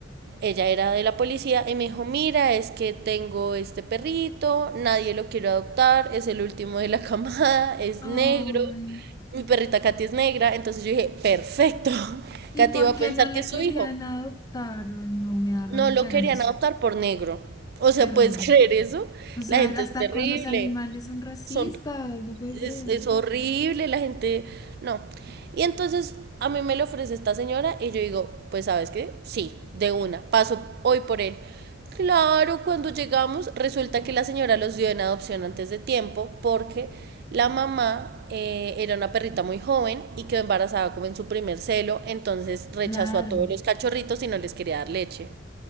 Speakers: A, on the right (about 55°); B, on the left (about 20°).
A: Ella era de la policía y me dijo, mira, es que tengo este perrito, nadie lo quiere adoptar, es el último de la <laughs> camada, es
B: Ay,
A: negro, mi perrita Katy es negra. Entonces yo dije, perfecto, <laughs>
B: ¿y
A: Katy
B: por
A: va a
B: qué
A: pensar
B: no la
A: que es
B: querían
A: su hijo.
B: adoptar? Ay, no, me da rabia
A: No lo
B: que hagan
A: querían
B: eso.
A: adoptar por negro. O sea,
B: Terrible.
A: ¿puedes <laughs> creer eso?
B: O sea,
A: La gente
B: hasta
A: es terrible.
B: con los animales son racistas,
A: Son,
B: no puede ser.
A: es, es horrible, la gente... No. Y entonces a mí me lo ofrece esta señora y yo digo, pues sabes qué, sí, de una, paso hoy por él. Claro, cuando llegamos resulta que la señora los dio en adopción antes de tiempo porque la mamá eh, era una perrita muy joven y quedó embarazada como en su primer celo, entonces rechazó
B: Claro.
A: a todos los cachorritos y no les quería dar leche.